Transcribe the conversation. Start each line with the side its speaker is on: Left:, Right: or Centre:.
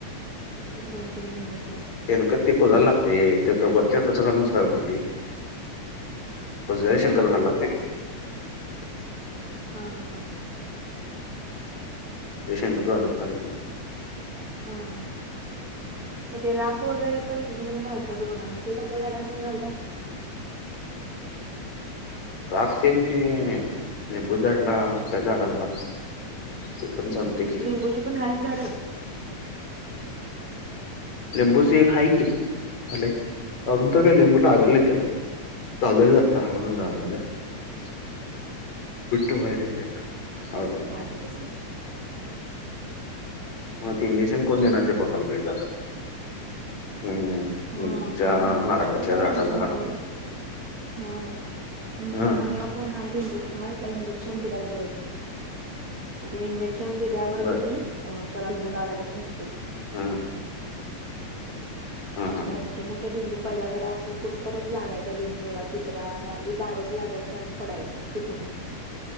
Right: एक दोन तीन महिन्यातला.
Left: तेन तेको जाला लागते ते त वरच्या तसं घालून सळत नाही. कुजल्याल शेणखत
Right: कुजायला
Left: घालाय लागतय.
Right: हां हां ह.
Left: ते शेणखत घालून चालत नाही.
Right: हा हा मग ते राख वगैरे पण इकडून घालतात बघां म ते कसल्या झाडास नाही घालतात ह
Left: राखसमती लिंबूच्या झाडाला त्या झाडाला. ते पण चालत की.
Right: लिंबूची पण हा झाड
Left: लिंबूच एक आहे की झाले अजून तर काय लागलं नाही त्याला? चालोय तर आता <unintelligible> उलट बोलल्या शिवाय.
Right: भांडू नकोस.
Left: हा इंजेक्शन
Right: लिंबूच्या
Left: कोण देणार ते बघायला पाहिजे हम्म
Right: हा
Left: लिंबूच्या
Right: कारण आमच
Left: नारळाच्या
Right: कसं
Left: झाडाला
Right: आमच्या माहेरी हा
Left: हा
Right: आमच्या माहेरात. का इंजेक्शन दि दोन ते इंजेक्शन. दिल्यावर
Left: बर
Right: कणी त्याला लिंबू लागल्यात भरपूर.
Left: हम्म
Right: असं
Left: हा हा
Right: मोठे मोठे लिंबू पहिला जरा असं खूप तरच लागायचं. लिंबू या दुसरा आणि अगदी बारच लागायचं आहे. पडायच पिकून